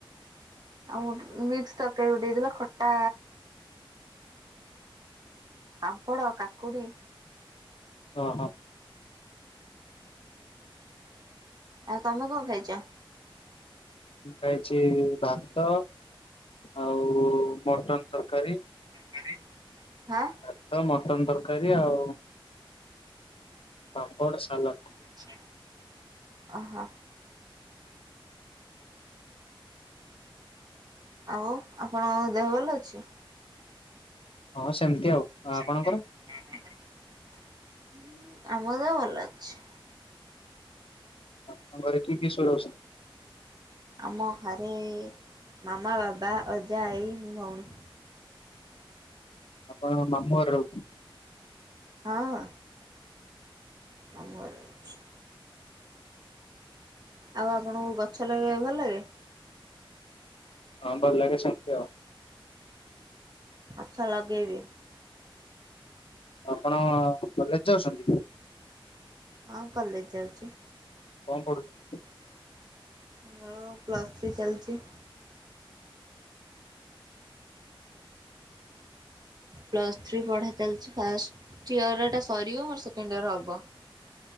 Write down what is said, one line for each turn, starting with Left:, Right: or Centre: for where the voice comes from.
Right: ଆଉ ଗୋଟେ ମିକ୍ସ ତରକାରୀ ଗୋଟେ ହେଇଥିଲା ଖଟା, ପାମ୍ପଡ, କାକୁଡି
Left: ଓହ।
Right: ଆଉ ତମେ କଣ ଖାଇଛ?
Left: ମୁଁ ଖାଇଛି ଭାତ ଆଉ ମଟନ ତରକାରୀ।
Right: ତରକାରୀ। ହାଁ,
Left: ଭାତ, ମଟନ ତରକାରୀ ଆଉ ପାର୍ମ୍ପଡ୍, ସାଲାଡ଼।
Right: ଆଚ୍ଛା, ଓହୋ। ଆଉ ଆପଣଙ୍କ ଦେହ ଭଲ ଅଛି?
Left: ହଁ ସେମିତି ଆଉ।
Right: ହଁ ସେମିତି
Left: ଆପଣଙ୍କର?
Right: ଆଉ। ଆପଣଙ୍କ ଦେହ? ହଁ ଆମର ଦେହ ଭଲ ଅଛି।
Left: ତମ ଘର କିଏ, କିଏ ସବୁ ରହୁଛନ୍ତି?
Right: ଆମ ଘରେ ମାମା, ବାବା, ଅଜା, ଆଈ, ଭଉଣୀ,
Left: ଆପଣ ମାମୁଁ ଘରେ ରହୁଛନ୍ତି?
Right: ହଁ। ମାମୁଁଘରେ ଅଛି। ଆଉ ଆପଣଙ୍କୁ ଗଛ ଲଗେଇବା ଭଲ ଲାଗେ?
Left: ହଁ ଭଲ ଲାଗେ ସେମିତି ଆଉ,
Right: ଆସ ଲଗେଇବେ?
Left: ଆପଣ କଲେଜ ଯାଉଛନ୍ତି?
Right: ହଁ କଲେଜ ଯାଉଛି।
Left: କଣ ପଢୁଚ?
Right: ମୋର ପ୍ଲସ୍ ଥ୍ରୀ ଚାଲିଛି। ପ୍ଲସ୍ ଥ୍ରୀ ପଢ଼ା ଚାଲିଛି, ଫାଷ୍ଟ ଇୟରଟା ସରିବ ମୋର ସେକେଣ୍ଡ ଇୟର ହେବ।